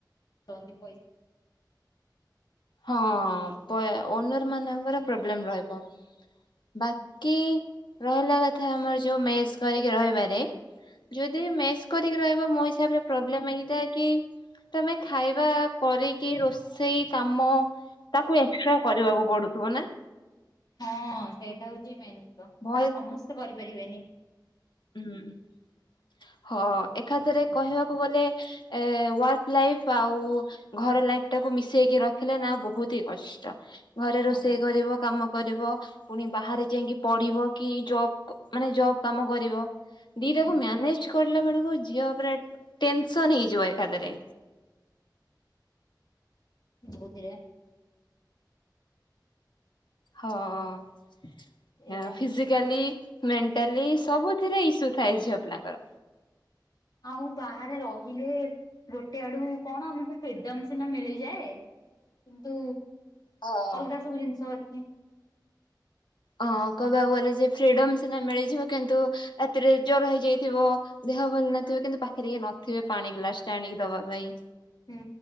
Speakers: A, on the left; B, on the left.
A: କରନ୍ତି ପଇସା
B: ହଁ ପା ଓନର ମାନଙ୍କର
A: ନେଇକି।
B: ପ୍ରୋବ୍ଲେମ ରହିବ। ବାକି ରହିଲା କଥା ଆମର ଯୋଉ ମେସ କରିକି ରହିବାରେ। ଯଦି ମେସ୍ କରିକି ରହିବ ମୋ ହିସାବରେ। ପ୍ରୋବ୍ଲମ ଏଇଟା କି ତମେ ଖାଇବା କରିକି ରୋଷେଇ କା ତ ତାକୁ ଏକ୍ସଟ୍ରା କରିବାକୁ ପଡୁଥିବ ନା।
A: ହଁ ସେଇଟା ହଉଛି ମେନ୍ ଜିନିଷ
B: ଭଏସ
A: ସେଇଟା ସମସ୍ତେ କରିପାରିବେନି।
B: ହୁଁ। ହଁ ଏକାଥରେ କହିବାକୁ ଗଲେ ଏ ୱାର୍କ ଲାଇଫ ଆଉ ଘର ଲାଇଫ ଟାକୁ ମିଶେଇକି ରଖିଲେ ନା ବହୁତ ହି କଷ୍ଟ ଘରେ ରୋଷେଇ
A: ହଁ
B: କରିବ କାମ। କରିବ ପୁଣି ବାହାରେ ଯାଇକି ପଢିବ କି ଜବ ମାନେ ଜବ କାମ କରିବ। ଦିଟାକୁ
A: ହୁଁ
B: ମ୍ୟାନେଜ କରିଲା ବେଳକୁ ଝିଅ ଉପରେ ଟେନସନ ହେଇଯିବ ଏକାଥରେ।
A: ଯୁବୁଥିରେ।
B: ହଁ
A: ଏଇଆ
B: ଫିଜିକାଲି। ମେଣ୍ଟାଲି ସବୁଥିରେ ଇସୁ ଥାଏ ଝିଅ ପିଲାଙ୍କର।
A: ଆଉ ବାହାରେ ରହିଲେ ଗୋଟେ ଆଡୁ କଣ ଆମକୁ ଫ୍ରୀଡମ ସିନା ମିଳିଯାଏ। କିନ୍ତୁ
B: ହଁ
A: ଅଲଗା ସବୁ ଜିନିଷ ଅଛି।
B: ହଁ କହିବାକୁ ଗଲେ ଯେ ଫ୍ରିଡମ ସିନା ମିଳିଯିବ କିନ୍ତୁ ରାତିରେ ଜର ହେଇଯାଇଥିବ। ଦେହ ଭଲ ନଥିବ କିନ୍ତୁ ପାଖରେ ଇଏ ନଥିବେ ପାଣି ଗ୍ଲାସ ଟେ ଆଣିକି ଦବା ପାଇଁ।
A: ହୁଁ